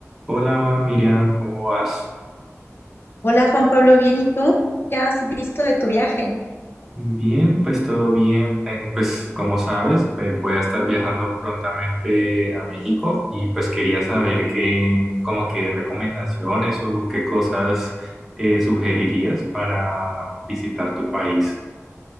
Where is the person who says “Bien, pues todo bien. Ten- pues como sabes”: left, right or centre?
Centre